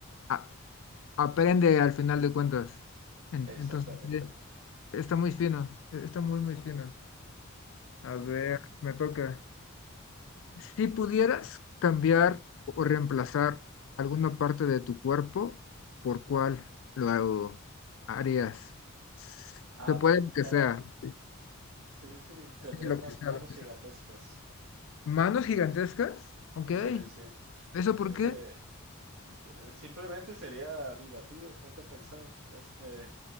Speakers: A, on the left; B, on the right.
A: a- aprende al final de cuentas. En-
B: Exactamente.
A: entonces, sí, está muy fino, e, está muy, muy fino.
B: Ujú.
A: A ver, me toca. Si pudieras cambiar o reemplazar alguna parte de tu cuerpo, ¿por cuál lo harías?
B: Ah,
A: Se puede
B: pues
A: lo
B: fuera,
A: que sea. Sí,
B: sí, sí, sí, tendría
A: Sí, lo
B: unas
A: que sea,
B: manos
A: lo que
B: gigantescas.
A: sea. ¿Manos gigantescas? Ok.
B: Sí, sí.
A: ¿Eso
B: Este,
A: por qué?
B: eh, simplemente sería divertido, ponte a pensar. Este,